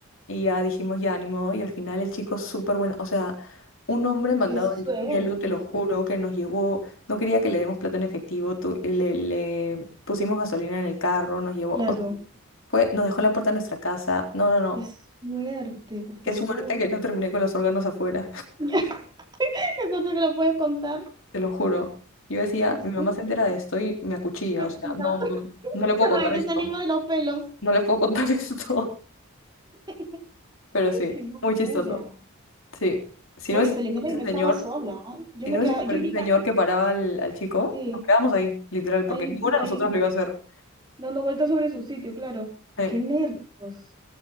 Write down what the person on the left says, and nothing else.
Y ya dijimos, ya, ni modo. Y al final el chico súper bueno. O sea, un hombre mandado
del cielo, te lo juro, que nos llevó. No quería que le demos plata en efectivo. tu- le, le pusimos gasolina en el carro, nos llevó.
o sea, fue, nos dejó en la puerta de nuestra casa. No, no, no.
Qué suerte que no terminé con los órganos afuera. <laughs>
Te lo juro. Yo decía,
mi mamá se entera de esto y me acuchilla.
O sea, no, no, no. No le puedo
contar esto.
No le puedo contar <laughs> esto.
Pero sí,
muy chistoso. Sí. Si
no es
ese
señor,
si
no
es
por ese
señor que paraba al, al chico,
nos quedamos ahí, literal, porque
ninguna
de nosotras lo iba a hacer.
Eh,